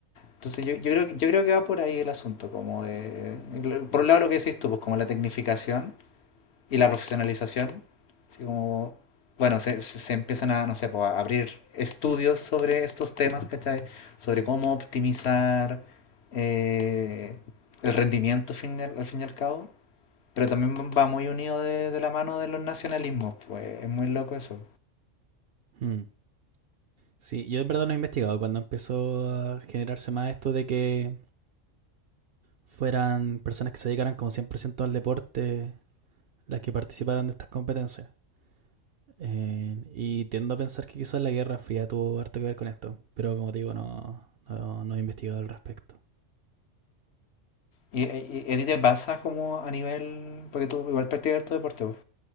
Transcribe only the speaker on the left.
Entonces, yo, yo creo, que- yo creo que va por ahí el asunto, como de, por un lado lo que decís tú, pues como la tecnificación, y la profesionalización. Así como, bueno, se, se- se empiezan a, no sé, po, a abrir estudios sobre estos temas, ¿cachai? Sobre cómo optimizar eh, el rendimiento fin de- al fin y al cabo. Pero también va muy unido de, de la mano de los nacionalismos, pues es muy loco eso.
¿Y, y, y a ti te pasa como a nivel, porque tú igual practicas tu deporte, pues,